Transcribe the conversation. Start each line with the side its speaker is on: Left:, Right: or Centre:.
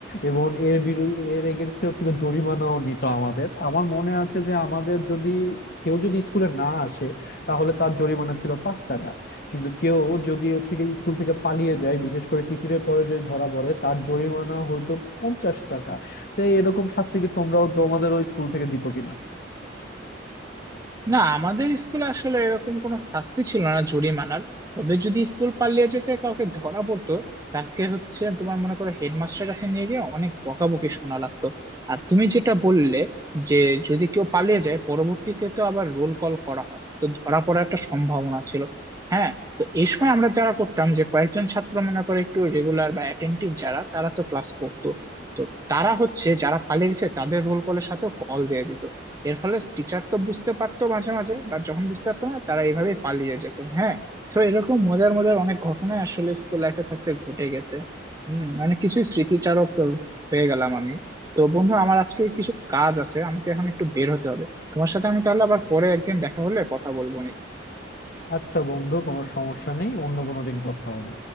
Left: এবং এর বিরুদ্ধে এর এগেনস্টে হচ্ছে কি জরিমানাও নিত আমাদের আমার মনে আছে যে আমাদের যদি কেউ যদি স্কুলে না আসে তাহলে তার জরিমানা ছিল পাঁচ টাকা কিন্তু কেউ যদি হচ্ছে কি স্কুল থেকে পালিয়ে যায় বিশেষ করে টিফিনের পরে যদি ধরা পড়ে তার জরিমানা হয়তো পঞ্চাশ টাকা তো এরকম শাস্তি কি তোমরাও তোমাদের ওই স্কুল থেকে দিত কিনা
Right: না আমাদের স্কুলে আসলে এরকম কোনো শাস্তি ছিল না জরিমানার তবে যদি স্কুল পালিয়ে যেতে কাউকে ধরা পড়তো তাকে হচ্ছে তোমার মনে করো হেডমাস্টারের কাছে নিয়ে গিয়ে অনেক বকাবকি শোনা লাগতো আর তুমি যেটা বললে যে যদি কেউ পালিয়ে যায় পরবর্তীতে তো আবার রোল কল করা হয় তো ধরা পড়ার একটা সম্ভাবনা ছিল হ্যাঁ তো এই সময় আমরা যারা করতাম যে কয়েকজন ছাত্র মনে করে একটু রেগুলার বা অ্যাটেন্টিভ যারা তারা তো ক্লাস করতো তো তারা হচ্ছে যারা পালিয়ে গেছে তাদের রোল কলের সাথে কল দিয়ে দিত এর ফলে টিচার তো বুঝতে পারতো মাঝে মাঝে বা যখন বুঝতে পারতো না তারা এইভাবে পালিয়ে যেত হ্যাঁ তো এরকম মজার মজার অনেক ঘটনা আসলে স্কুল লাইফে থাকতে ঘটে গেছে হম অনেক কিছুই স্মৃতিচারক হয়ে গেলাম আমি তো বন্ধু আমার আজকে কিছু কাজ আছে আমাকে এখন একটু বের হতে হবে তোমার সাথে আমি তাহলে আবার পরে একদিন দেখা হলে কথা বলবো নি।
Left: আচ্ছা বন্ধু কোনো সমস্যা নেই অন্য কোনো দিন কথা হবে